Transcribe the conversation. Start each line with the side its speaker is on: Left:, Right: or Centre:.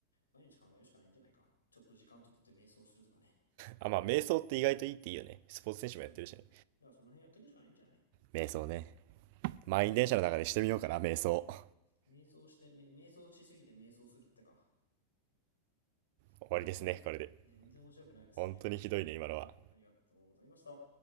Left: 毎日考えるしかないんじゃないか。ちょっと時間取って瞑想するとかね。
Right: あ、まあ、瞑想って意外といいっていいよね。スポーツ選手もやってるしね。
Left: そうそう。だからその辺やっていくしかないんじゃない
Right: 瞑想ね。満員電車の中でしてみようかな、瞑想。<laughs>
Left: 瞑想して、め瞑想しすぎて瞑想するってか。
Right: 終わりですね、
Left: はーい。
Right: これで。
Left: 全然面白くないですね。
Right: 本当にひどいね、今のは。
Left: はい。ありがとうございました。